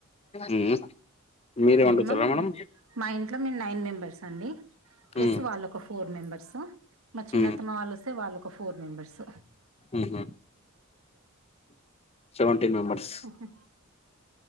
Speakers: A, on the left; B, on the right.
A: ఉమ్. మీరే వండుతారా
B: మినిమం
A: మేడం
B: మా ఇంట్లో మేము నైన్ మెంబెర్స్ అండి ప్లస్
A: ఉమ్,
B: వా వాళ్ళ ఒక ఫోర్ మెంబర్స్ మా చిన్న
A: ఉమ్,
B: తమ వాళ్ళు వస్తే వాళ్ళ ఒక ఫోర్ మెంబర్స్
A: ఉహు సెవెంటీన్ మెంబర్స్
B: ఉహు